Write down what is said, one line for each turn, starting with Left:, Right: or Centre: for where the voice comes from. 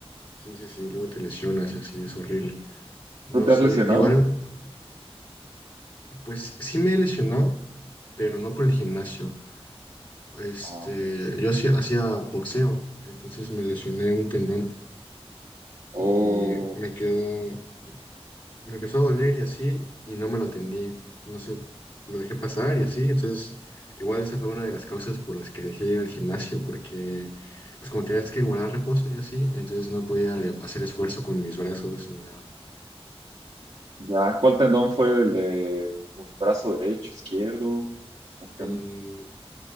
Left: Sí, sí, sí, luego te lesionas y así es horrible. No
Right: ¿Tú te
Left: sé,
Right: has lesionado?
Left: igual, pues sí me he lesionado, pero no por el
Right: Ah,
Left: gimnasio.
Right: No.
Left: Este,
Right: Ah, pues.
Left: yo hacía, hacía boxeo, entonces me lesioné un tendón
Right: O
Left: y me quedó, me empezó a doler y así, y no me lo atendí. No sé, lo dejé pasar y así. Entonces, igual esa fue una de las causas por las que dejé ir al gimnasio, porque, pues como tenías que guardar reposo y así, entonces no podía le- hacer esfuerzo con mis brazos ni nada.
Right: ya, ¿cuál tendón fue el de tu brazo derecho, izquierdo? ¿O qué
Left: El,
Right: onda?